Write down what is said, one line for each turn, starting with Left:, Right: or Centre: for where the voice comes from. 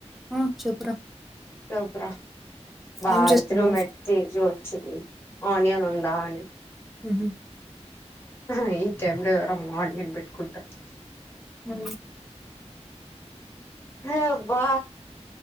Centre: ఆ చేపుర
Left: చోపురా బార్దలో
Centre: ఏం చేస్తున్నావు
Left: మట్టీజు వచ్చింది ఆనియన్ ఉందా అని
Centre: అహ
Left: ఆహా ఈ టైమ్ లో ఎవరమ్మ మార్నింగ్బట్కుంటారు
Centre: హ
Left: హ అబ్బా